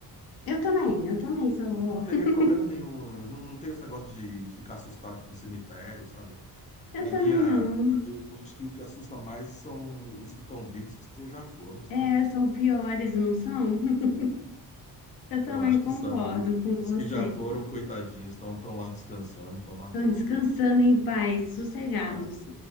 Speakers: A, on the left; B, on the left.
A: Eu também, eu também sou vó.
B: não teria
A: <laughs>
B: problema nenhum. Não, não tem esse negócio de ficar assustado com cemitério, sabe?
A: Eu
B: Pra
A: também
B: mim, a-
A: não.
B: eu, eu acho que o que assusta mais são os que estão vivos, que já foram, sabe?
A: É, são piores, não são? <laughs> Eu
B: Eu
A: também
B: acho que
A: concordo
B: são, viu?
A: com
B: Os
A: você.
B: que já foram, coitadinhos, estão tão tão lá descansando, estão na boa,
A: Estão descansando
B: viu?
A: em paz, sossegados.
B: É,